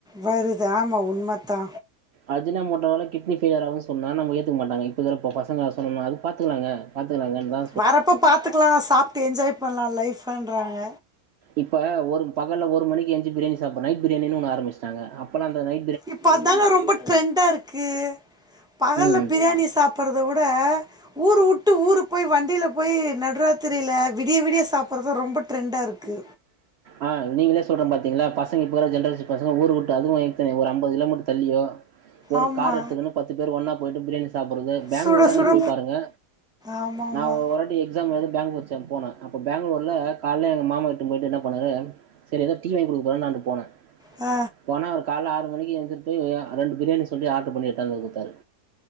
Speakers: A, in the centre; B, on the right (about 75°).
A: வருது ஆமா உண்மத்தா
B: அஜினா மோட்டவால கிட்னி ஃபெய்லியர் ஆவு சொன்னா நம்ப ஏத்துக்க மாட்டாங்க இப்பக்கிற ப பசங்களான் சொன்னா அது பாத்துக்கலாங்க பாத்துக்கலாங்கன்தா
A: வரப்பா பார்த்துக்லா சாப்ட்டு என்ஜாய் பண்லா லைஃபன்றாங்க
B: இப்ப ஒரு பகல்ல ஒரு மணக்கி எந்ச்சு பிரியாணி சாப்பற் நைட் பிரியாணின்னு ஒன்னு ஆரம்பிச்சிட்டாங்க அப்பல்லா அந்த நை
A: இப்போ தாங்க ரொம்ப ட்ரெண்டா இருக்கு பகல்ல
B: ம்
A: பிரியாணி சாப்பிட்றத விட ஊரு உட்டு ஊரு போயி வண்டில போய் நடுராத்திரில விடிய விடிய சாப்பற்தா ரொம்ப ட்ரெண்டா இருக்கு
B: ஆ நீங்களே சொல்ற பாத்தீங்களா பசங்க இப்பகிற ஜென்ரேஷன் பசங்க ஊரு வுட்டு அதுவு எத்தனே ஒரு அம்பது கிலோமீட்ரு தள்ளியோ ஒரு
A: ஆமா
B: கார் எட்த்துக்குனு பத்து பேரு ஒன்னா போய்ட்டு பிரியாணி சாப்பிறது பேங்களூர்லா
A: சுட சுட
B: நீங் போய பாருங்க
A: ஆமா ஆமா
B: நா ஒரு வட்டி எ க்ஸாம் எழுத பேங்ளூர் <unintelligible> போனே அப்போ பேங்களூர்ல கால்ல எங்க மாமா இட்டுன் போயிட்டு இன்ன பண்ணாரு செரி எதோ டீ வாய்ங் குடுக்க போறார் நா அங்க போன
A: ஆ
B: போனா அவுர் கால்ல ஆறு மணிக்கு எழுந்துட் போய் அ ரெண்டு பிரியாணி சொல்லி ஆட்ரு பண்ணி எட்தாந்து குத்தாரு